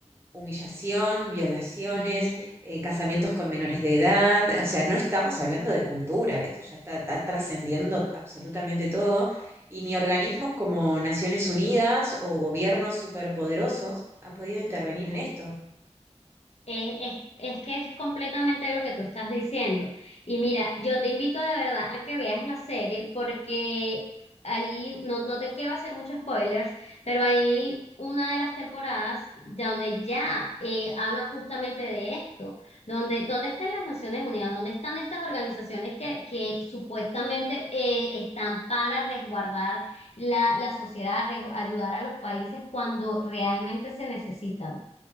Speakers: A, on the right; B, on the left.
A: humillación, violaciones,
B: Sí.
A: eh, casamientos con menores de edad. O sea, no estamos hablando de cultura, esto ya está, está trascendiendo absolutamente todo. Y ni organismos como Naciones Unidas o gobiernos superpoderosos han podido intervenir en esto.
B: Es, es- es que es completamente lo que tú estás diciendo. Y mira, yo te invito de verdad a que veas la serie porque ahí, no, no te quiero hacer muchos spoilers, pero hay una de las temporadas donde ya eh, hablan justamente de esto, donde, ¿dónde están las Naciones Unidas? ¿Dónde están estas organizaciones que, que supuestamente eh, están para resguardar la, la sociedad, res- ayudar a los países cuando realmente se necesitan?